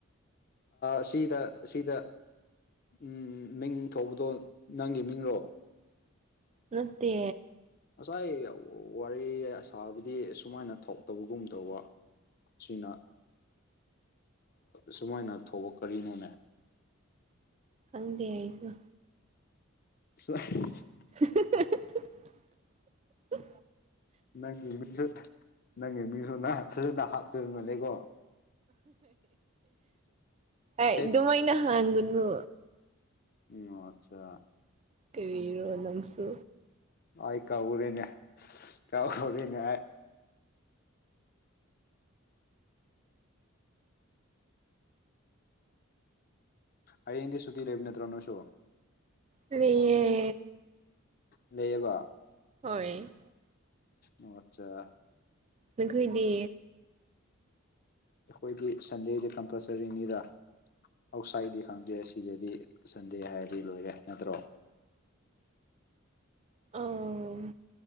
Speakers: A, on the left; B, on the right.
A: ꯁꯤꯗ ꯁꯤꯗ ꯎꯃ ꯃꯤꯡ ꯊꯧꯕꯗꯣ ꯅꯪꯒꯤ ꯃꯤꯡꯔꯣ
B: ꯅꯠꯇꯦ
A: ꯉꯁꯥꯏ ꯋꯥꯔꯤ ꯑꯁꯥꯕꯗꯤ ꯁꯨꯃꯥꯏꯅ ꯊꯣꯛꯇꯕꯒꯨꯝ ꯇꯧꯕ ꯁꯤꯅ ꯁꯨꯃꯥꯏꯅ ꯊꯣꯛꯕ ꯀꯔꯤꯅꯣꯅꯦ
B: ꯈꯪꯗꯦ ꯑꯩꯁꯨ
A: <unintelligible>
B: <unintelligible>
A: ꯅꯪꯒꯤ ꯃꯤꯁꯨ ꯅꯪꯒꯤ ꯃꯤꯁꯨ ꯅ ꯐꯖꯅ ꯍꯥꯞꯆꯕꯃꯜꯅꯦꯦꯀꯣ
B: ꯑꯦ
A: ꯐꯦꯠ
B: ꯑꯗꯨꯃꯥꯏꯅ ꯍꯒꯨꯕꯨ
A: ꯑꯣ ꯑꯠꯆꯥ
B: ꯀꯔꯤꯔꯣ ꯅꯪꯁꯨ
A: ꯑꯏ ꯀꯕꯨꯔꯤꯦꯅꯦ ꯀꯥꯎꯔꯤꯦꯅꯦ ꯑ ꯑꯗꯤ ꯁꯊꯤ ꯂꯩꯦꯕꯅꯠꯇ꯭ꯔꯣꯅꯣ ꯁꯣ
B: ꯑ
A: ꯂꯩꯕ
B: ꯍꯣꯏ
A: ꯑꯣ ꯑꯠꯆꯥ
B: ꯅꯪꯈ ꯏꯗꯤ
A: ꯑꯩꯈꯣꯏꯗꯤ ꯁꯟꯗꯦꯁ ꯀꯝꯄꯜꯁꯔꯤꯅꯤꯗ ꯑꯥꯎꯠꯁꯥꯏꯗꯗꯤ ꯈꯪꯗꯦ ꯁꯤꯗꯗꯤ ꯁꯟꯗꯦ ꯍꯥꯏꯔꯗꯤ ꯂꯣꯏꯔꯦ ꯅꯠꯇ꯭ꯔꯣ
B: ꯑꯥ